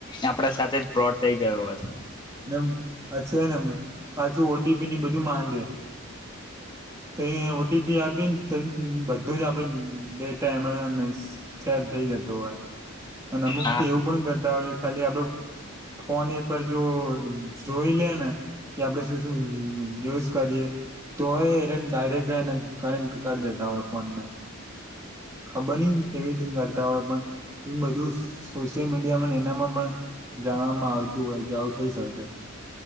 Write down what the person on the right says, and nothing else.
એમ પાછું એમ ઓટીપી ની બધું માંગે. તે ઓટીપી આપીને તે બધું જ આપડુ ડેટા એમાં. શેર થઈ જતો હોય. અને અમુક
એવું પણ કરતા હોય ખાલી આપડો ફોન એક વાર જો. જોઈ લે ને કે આપડ શું શું યુઝ કરીએ. તોય એ ડાયરેક્ટને કર કરી દેતા હોય ફોન ને. ખબર ન કેવી રીત કરતા હોય પણ એ બધું સોશિયલ મીડિયા એનામાં પણ. જવામાં આવતું હોય કે આવું થઇ શકે.